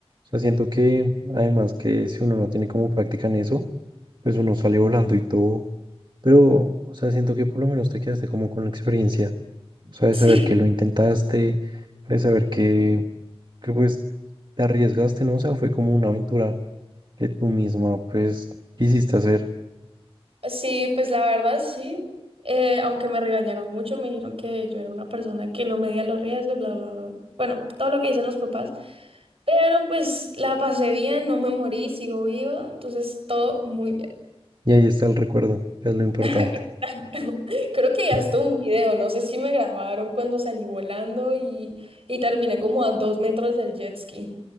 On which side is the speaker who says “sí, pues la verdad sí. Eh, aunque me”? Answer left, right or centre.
Right